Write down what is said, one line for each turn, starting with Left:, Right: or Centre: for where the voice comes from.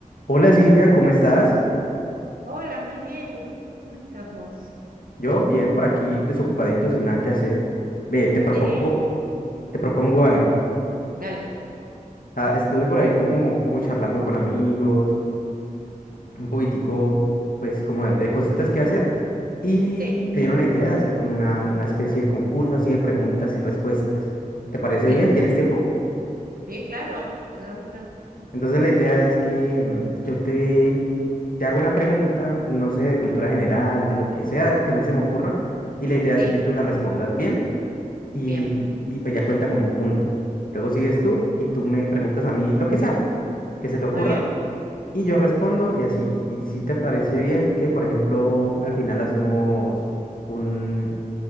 Left: Hola Silvia, ¿cómo estás?
Right: Hola, muy bien. ¿Cómo, cómo estás vos?
Left: Yo bien, por aquí desocupadito, sin nada que hacer. Ve, te propongo,
Right: Sí,
Left: te propongo algo.
Right: dale.
Left: Ah, estuve por ahí como, como charlando con amigos, un poquitico, pues como de, de cositas que hacer, y
Right: Sí,
Left: me dieron la idea de hacer como una, una especie de concurso así de preguntas y respuestas. ¿Te parece
Right: sí,
Left: bien? ¿Tienes tiempo?
Right: sí, claro. Hagámoslo.
Left: Entonces la idea es que mm, yo te, te hago una pregunta, no sé, de cultura general, de lo que sea que a mí se me ocurra, y la idea es
Right: Sí,
Left: que tú la respondas bien y,
Right: bien.
Left: y pues ya cuenta como un punto. Luego sigues tú y tú me preguntas a mí lo que sea, que se te ocurra,
Right: Muy bien,
Left: y yo respondo y así. Y si te parece bien que, por ejemplo, al final hacemos un,